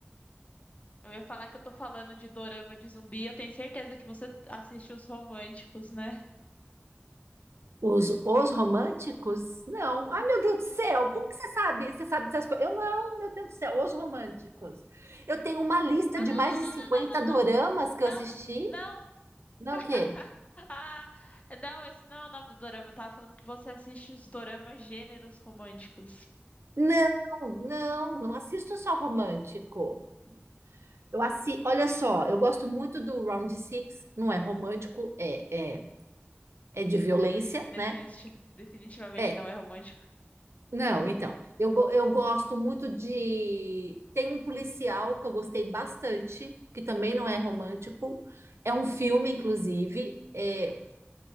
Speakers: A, on the left; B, on the right.
A: Eu ia falar que eu tô falando de dorama de zumbi, eu tenho certeza que você assiste os românticos, né?
B: Os, os românticos? Não. Ai, meu Deus do céu, como que você sabe? Você sabe dessas coisas? Eu não, meu Deus do céu, os românticos. Eu tenho uma lista
A: Ah,
B: de
A: não,
B: mais
A: não,
B: de
A: não,
B: 50
A: não, não,
B: doramas que eu assisti.
A: não, não, não, não.
B: Não, o quê?
A: <laughs> Ah, não, esse não é o nome do dorama. Eu tava falando que você assiste os doramas gêneros românticos.
B: Não, não, não assisto só romântico. Eu assi... Olha só, eu gosto muito do Round Six, não é romântico, é, é, é de violência,
A: Definiti-
B: né?
A: definitivamente
B: É,
A: não é romântico.
B: Não, então, eu, go- eu gosto muito de. Tem um policial que eu gostei bastante, que também não é romântico, é um filme, inclusive. É...